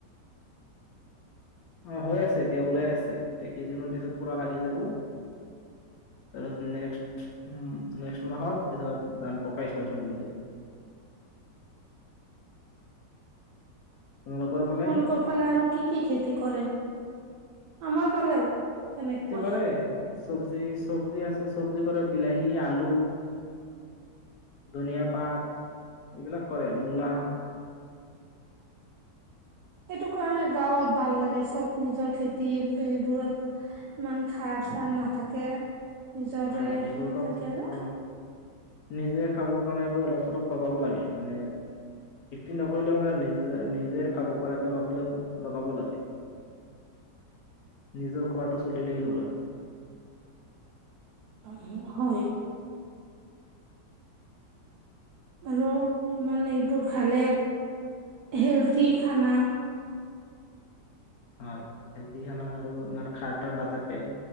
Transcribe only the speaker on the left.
অ হৈ আছে এতিয়াও ওলাই আছে এই কেইদিনৰ ভিতৰত পুৰা লাগি যাব। তাৰপিছত নেক্সট নেক্সট মাহত পিছত ধান পকা ষ্টাৰ্ট হৈ যাব। তোমালোকৰ ফালে
খেতি কৰে। চবজি, চবজি আছে। চবজি কৰে। বিলাহী, আলু, ধনিয়া পাত এইবিলাক কৰে। মূলা,
অ এইবোৰ অলপ
অ নিজে খাবৰ কাৰণে এইবোৰ অলপ চলপ লগাব লাগে। মানে বিক্ৰী নকৰিলেও মানে নিজে নিজে খাব পৰাকে অলপ হ'লেও লগাব লাগে। নিজৰ খোৱাটো চলিলেই হ'ল আৰু।
হয় হেল্থি খানা আৰু ইমান খাৰ তাৰ নাথাকে।